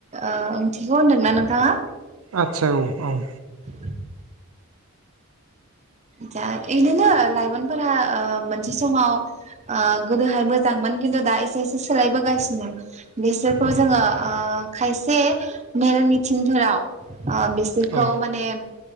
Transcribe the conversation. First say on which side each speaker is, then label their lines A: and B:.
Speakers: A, on the right; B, on the right.
A: ओंथिखौ होनदोंना नोंथांङा
B: आदसा औ औ
A: <inaudible> जा बेदिनो लाइमोनफोरा मोनसे समाव गोदोहाय मोजांमोन खिन्थु दा एसे एसे सोलायबोगासिनो बिसोरखौ
B: उम
A: जोंङो खायसे मेल मिथिंफोराव बिसोरखौ
B: औ
A: माने